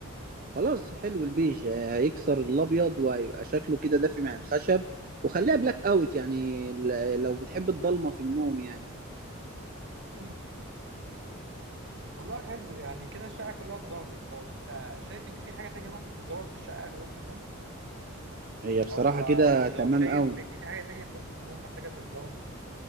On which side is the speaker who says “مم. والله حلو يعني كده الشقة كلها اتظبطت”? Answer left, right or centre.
Right